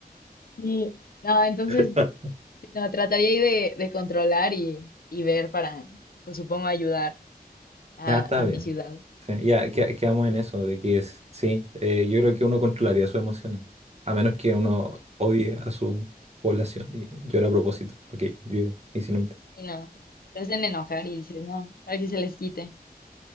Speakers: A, on the left; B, on the right.
A: <laughs> Sí, no, entonces
B: <laughs>
A: Sí, no, trataría ahí de, de controlar y, y ver para, pues supongo, ayudar a,
B: Ya está
A: a
B: bien.
A: mi ciudad.
B: Sí, ya que- quedamos en eso, de que es- sí, eh, yo creo que uno controlaría sus emociones, a menos que uno odie a su población y llora a propósito, porque llueve y se inunde.
A: Y no, te hacen enojar y dices, no, para que se les quite.